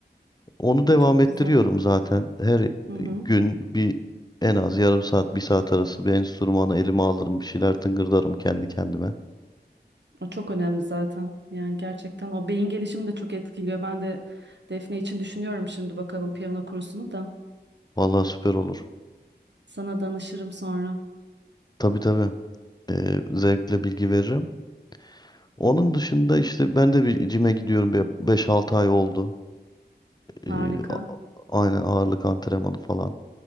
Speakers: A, on the left (about 20°); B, on the right (about 80°).
A: Onu
B: Hı,
A: devam
B: Çok
A: ettiriyorum
B: güzel.
A: zaten. Her
B: Hı hı.
A: gün bir en az yarım saat, bir saat arası bir enstrümanı elime alırım. Bir şeyler tıngırdarım kendi kendime.
B: O çok önemli zaten. Yani gerçekten o beyin gelişimi de çok etkiliyor. Ben de Defne için düşünüyorum şimdi bakalım piyano kursunu da.
A: Vallahi süper olur.
B: Sana danışırım sonra.
A: Tabii tabii. Ee, zevkle bilgi veririm. Onun dışında işte ben de bir cime gidiyorum. Bir 5-6 ay oldu. Ee,
B: Harika.
A: a- aynen ağırlık antrenmanı falan.